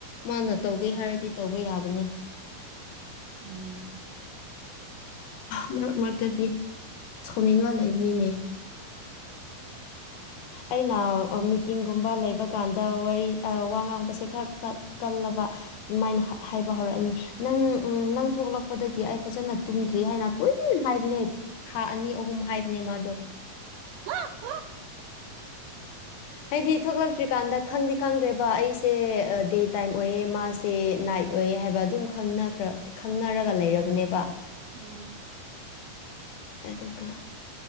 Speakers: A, on the left; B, on the right.
A: ꯃꯥꯅ ꯇꯧꯒꯦ ꯍꯥꯏꯔꯗꯤ ꯇꯧꯕ ꯌꯥꯕꯅꯦ꯫
B: ꯎꯝ
A: ꯃꯔꯛ ꯃꯔꯛꯇꯗꯤ ꯁꯥꯎꯅꯤꯡꯉ ꯂꯩꯕꯅꯤꯅꯦ꯫ ꯑꯩꯅ ꯃꯤꯇꯤꯡꯒꯨꯝꯕ ꯂꯩꯕ ꯀꯥꯟꯗ ꯋꯥꯔꯤ ꯋꯥ ꯉꯥꯡꯕꯁꯦ ꯈꯔ ꯈꯔ꯫ ꯇꯜꯂꯕ ꯑꯗꯨꯃꯥꯏꯅ ꯍꯥꯏꯕ ꯍꯧꯔꯛꯑꯅꯤ꯫ ꯅꯪ ꯎꯝ ꯅꯪ ꯊꯣꯛꯂꯛꯄꯗꯒꯤ ꯑꯩ ꯐꯖꯅ ꯇꯨꯝꯗ꯭ꯔꯤ ꯍꯥꯏꯅ ꯀꯨꯏꯅ ꯍꯥꯏꯕꯅꯦ꯫ ꯊꯥ ꯑꯅꯤ ꯑꯍꯨꯝ ꯍꯥꯏꯕꯅꯦ ꯃꯥꯗꯣ꯫
B: ꯍ <unintelligible>
A: ꯍꯥ꯫ ꯍꯥꯏꯗꯤ ꯊꯣꯛꯂꯛꯇ꯭ꯔꯤꯀꯥꯟꯗ ꯈꯪꯗꯤ ꯈꯪꯈ꯭ꯔꯦꯕ ꯑꯩꯁꯦ ꯗꯦ ꯇꯥꯏꯝ ꯑꯣꯏꯌꯦ ꯃꯥꯁꯦ ꯅꯥꯏꯠ꯫ ꯑꯣꯏ ꯍꯥꯏꯕ ꯑꯗꯨꯝ ꯈꯅꯈ꯭ꯔ ꯈꯪꯅꯔꯒ ꯂꯩꯔꯕꯅꯦꯕ꯫
B: ꯎꯝ꯫
A: ꯑꯗꯨꯒ